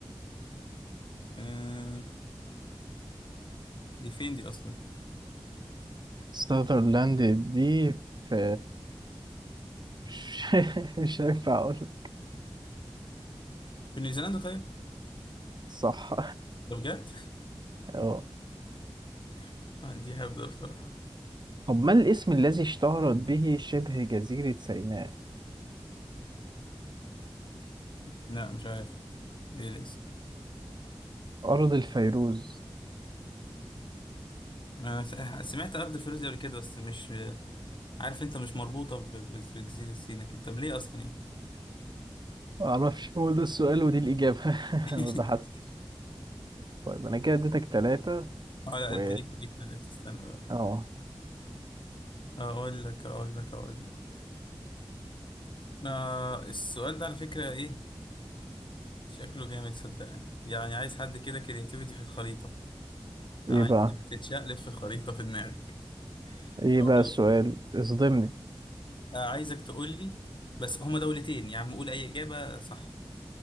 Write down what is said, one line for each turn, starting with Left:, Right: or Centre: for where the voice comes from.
Left: <laughs> آه دي فين دي أصلا
Right: ساذرلاند دي في <laughs> مش مش هينفع أقول
Left: في نيوزيلندا طيب
Right: صح
Left: ده بجد
Right: اه
Left: <laughs> آه، دي هبدة بصراحة
Right: طب ما الاسم الذي اشتهرت به شبه جزيرة سيناء
Left: لا مش عارف ايه الاسم
Right: أرض الفيروز
Left: انا س- سمعت ارض الفيروز قبل كده بس مش عارف انت مش مربوطه ب- ب- بجزيره سيناء كده طب ليه اصلا يعني
Right: معرفش هو ده السؤال ودي الإجابة <laughs>
Left: <laughs>
Right: ما بحثتش طيب انا كده اديتك ثلاثة
Left: اه لا
Right: و
Left: انت ليك ليك تلاتة استنى بقى
Right: اه
Left: اقول لك اقول لك اقول لك آه السؤال ده على فكرة ايه شكله جامد صدقني يعني عايز حد كده كرياتيفيتي في الخريطة عايزك
Right: ايه بقى
Left: تتشقلب في الخريطة في دماغك
Right: ايه
Left: أقول
Right: بقى السؤال
Left: لك.
Right: اصدمني
Left: آه عايزك تقول لي بس هما دولتين يا عم قول اي إجابة صح